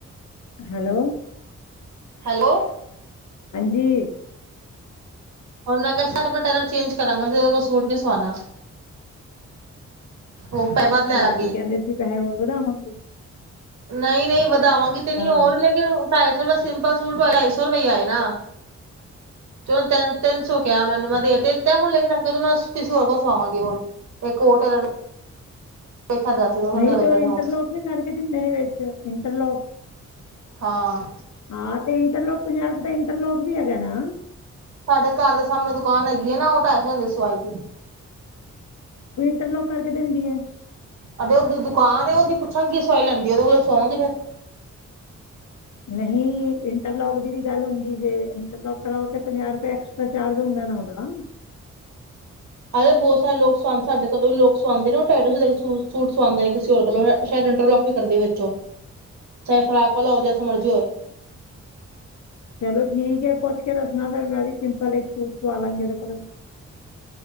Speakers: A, on the left (about 75°); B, on the right (about 70°).
A: ਹੈਲੋ
B: ਹੈਲੋ
A: ਹਾਂਜੀ
B: ਹੁਣ ਮੈਂ ਕਿਹਾ ਆਪਣਾ ਟੇਲਰ ਚੇਂਜ ਕਰਾਂਗਾ ਉਸ ਕੋਲ ਸੂਟ ਨੀ ਸਵਾਣਾ ਉਹ ਪੈ ਵੱਧ
A: ਅੱਛਾ
B: ਲੈਣ ਲੱਗ
A: ਕੀ ਕਹਿੰਦੇ ਸੀ ਪੈਸੇ ਹੁਰ ਵੱਧਾ ਵਾ ਹਮ
B: ਨਹੀਂ ਨਹੀਂ ਵਧਾਵਾਂਗੀ ਤੇ ਨਹੀ ਹੋਰ
A: ਅੱਛਾ
B: ਲੇਕਿਨ ਢਾਈ ਸੌ ਰੁਪਏ ਸਿੰਪਲ ਸੂਟ ਢਾਈ ਸੌ ਰੁਪਏ ਆਨਾ ਤਿੰਨ ਤਿੰਨ ਸੌ ਕਿਹਾ ਮੈਨੂੰ ਮੈਂ ਦੇਖ ਤੇ ਇਾਂ ਹੁਣ ਲ ਦੀਦੀ ਮੈਂ ਕਿਸੇ ਹੋਰ ਕੋਲ ਸੁਵਾਵਾਂਗੀ ਹੁਣ ਇੱਕ ਹੋਰ ਟੇਲਰ ਵੇਖਿਆ ਦਸ ਦੋ ਘੰਟੇ
A: ਨਹੀਂ
B: ਲੱਗਦੇ
A: ਤੇ ਉਹ
B: ਨੇ ਹੋਰ
A: ਇੰਟਰਲੋਕ ਵੀ ਕਰਕੇ ਦਿੰਦੇ ਨੇ ਵਿੱਚ ਇੰਟਰਲੋਕ
B: ਹਾਂ
A: ਹਾਂ ਤੇ ਇੰਟਰਲੋਕ ਪੰਜਾ ਰੁਪਏ ਤਾਂ ਇੰਟਰਲੋਕ ਵੀ ਹੈਗਾ ਨਾ
B: ਸਾਡੇ ਘਰ ਦੇ ਸਾਹਮਣੇ ਦੁਕਾਨ ਹੈਗੀ ਹੈ ਨਾ ਉਹ ਢਾਈ ਸੋ ਹੁੰਦੇ ਸੀ ਸੋਵਾ ਸੀ
A: ਤੇ ਲੋਂ ਕਰਕੇ ਦਿੰਦੀਆਂ
B: ਆਰੇ ਉਸ ਦੁਕਾਨ ਉਹਦੀ ਪੁੱਛਾਂਗੇ ਕੀ ਸਵਾਈ ਲੈਂਦੀ ਉਹਦੇ ਕੋਲ ਸਵਾਵਾਂਗੇ ਫੇਰ
A: ਨਹੀਂ ਇੰਟਰਲੋਕ ਦੀ ਵੀ ਗੱਲ ਹੁੰਦੀ ਜੇ ਇੰਟਰਲੋਕ ਕਰਾਓ ਤੇ ਪੰਜਾਹ ਰੁਪਏ ਐਕਸਟਰਾ ਚਾਰਜ ਹੁੰਦਾ ਨਾ ਉਹਦਾ
B: ਆ ਬਹੁਤ ਸਾਰੇ ਲੋਕ ਸਦੇ ਸਾਡੇ ਕੋਲੋਂ ਲੋਕ ਸਵਾਂਦੇ ਨੇੂ ਸੂਟ ਸਵਾਉਂਦੇ ਨੇ ਕਿਸੇ ਹੋਰਲੋਂ ਸ਼ਾਇਦ ਇੰਟਰਲੋਕ ਵੀ ਕਰਦੀ ਵਿਚੋ ਚਾਹੇ ਫਰਾਕ ਵਾਲਾ ਹੋ ਜਸਾ ਮਰਜ਼ੀ ਹੋਏ
A: ਚਲੋ ਠੀਕ ਹੈ ਪੁੱਛ ਕੇ ਦੱਸਣਾ ਫਿਰ ਮੈਂ ਵੀ ਸਿੰਪਲ ਇੱਕ ਸੂਟ ਸਵਾ ਲਾਂਗੀ ਉਹਦੇ ਕੋਲੋਂ